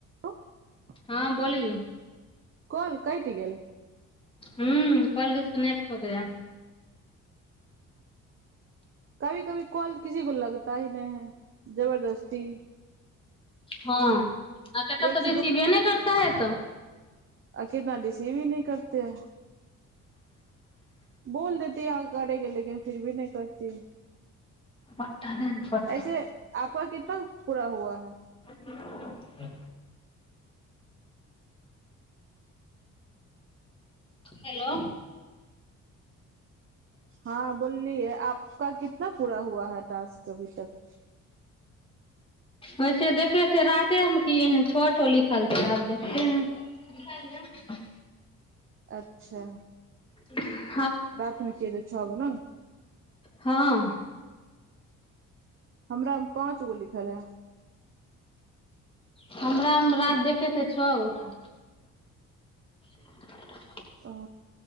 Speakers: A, on the right; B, on the left.
A: ह
B: हँ बोलए
A: कोल कैटि गेल
B: हुँ कॉल रिसीव करबै आब
A: कभी कभी कल किसी को लगता ही नहि है जबरदस्त ती
B: हँ अ एत
A: एक
B: तऽ रिसीव य नहि करता है तऽ
A: अच्छा केना रिसीवी नहि करत हैं बोल देती यहाँ करेंगे लेकिन फि भी नहि कर त
B: पट्टा दे पट्टा।
A: ऐसे आपक कितना पूरा हुआ है
B: ह हेलो
A: हँ बोललियै आपका कितना पूरा हुआ ह दस अभी तक
B: वैसे देखे छै राते हम कि है छोट हो लिखल छै आब देखते हैं
A: अच्छा
B: <unintelligible>
A: रतिमे छ तऽ छ बला
B: हँ
A: हमरा पाँच गो लिख खरा
B: हमरा रति देखेथे छओ गो था <unintelligible>
A: ओ